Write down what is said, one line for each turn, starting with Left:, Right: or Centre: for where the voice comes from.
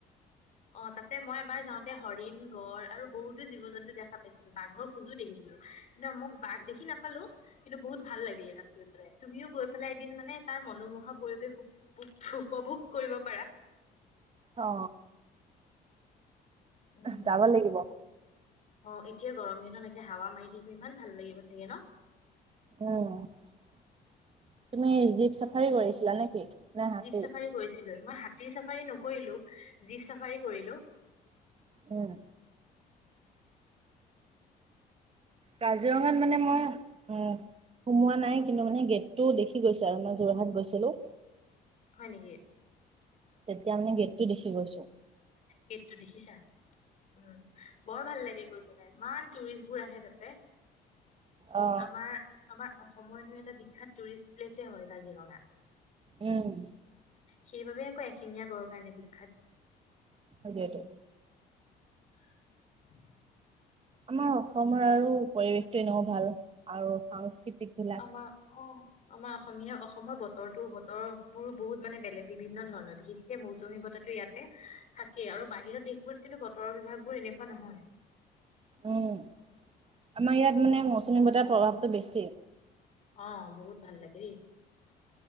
Left: অ তাতে মই এবাৰ যাওঁতে হৰিণ গড় আৰু বহুতো জীৱ জন্তু দেখা পাইছিলো বাঘৰ খোজো দেখিছিলো কিন্তু মোক বাঘ দেখি নাপালো কিন্তু বহুত ভাল লাগিলে তাত গৈ পেলাই তুমিও গৈ পেলাই এদিন মানে তাৰ মনোমোহা পৰিৱেশ উপভোগ কৰিব পাৰা
Right: অ
Left: উম
Right: যাব লাগিব
Left: অ এতিয়া গৰম দিনত এতিয়া হাৱা মাৰি থাকিবো ইমান ভাল লাগিব চাগে ন।
Right: অহ তুমি জীপ চাফাৰী কৰিছিলা নেকি নে হাতী।
Left: জীপ চাফাৰী কৰিছিলো মই হাতীৰ চাফাৰী নকৰিলো জীপ চাফাৰী কৰিলো।
Right: উম কাজিৰঙাত মানে মই সোমোৱা নাই কিন্তু মানে গেটটো দেখি গৈছো আৰু মই যোৰহাট গৈছিলো।
Left: হয় নেকি
Right: তেতিয়া মানে গেটটো দেখি গৈছো।
Left: গেটটো দেখিছা। উম বৰ ভাল লাগে গৈ। ইমান টুৰিষ্ট বোৰ আহে তাতে।
Right: অ',
Left: আমাৰ আমাৰ অসম অসমৰ হয় এটা বিখ্যাত টুৰিষ্ট প্লেছে হয় কাজিৰঙা।
Right: উম
Left: সেইবাবেই কয় এশিঙীয়া গড়ৰ কাৰণে বিখ্যাত।
Right: অযতে
Left: <unintelligible>
Right: আমাৰ অসমৰ আৰু পৰিৱেশটো এনেও ভাল আৰু সাংস্কৃতিক বিলাক।
Left: আমাৰ অ আমাৰ অসমীয়া অসমৰ বতৰতো বতৰ বোৰ বহুত মানে বেলেগ বিভিন্ন ধৰণৰ বিশেষকে মৌচুমী বতাহতো ইয়াত। থাকে আৰু বাহিৰত দেশ। কিন্তু বতৰৰ বিভাগ বোৰ এনেকুৱা নহয়।
Right: উম আমাৰ ইয়াত মানে মৌচুমী বতাহৰ প্ৰভাৱটো বেছি।
Left: অ বহুত ভাল লাগেদেই।